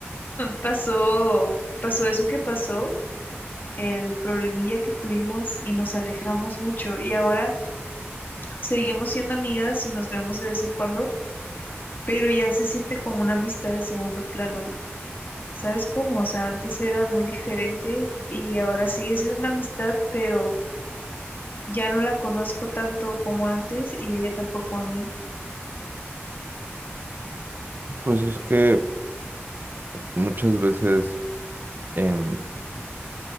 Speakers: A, on the left; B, on the right.
A: pasó, pasó eso que pasó, el problemilla que tuvimos y nos alejamos mucho. Y ahora seguimos siendo amigas y nos vemos de vez en cuando pero ya se siente como una amistad de segundo plano. ¿Sabes cómo? O sea, antes era muy diferente y ahora sigue siendo una amistad, pero ya no la conozco tanto como antes y ella tampoco a mí.
B: pues es que muchas veces, em,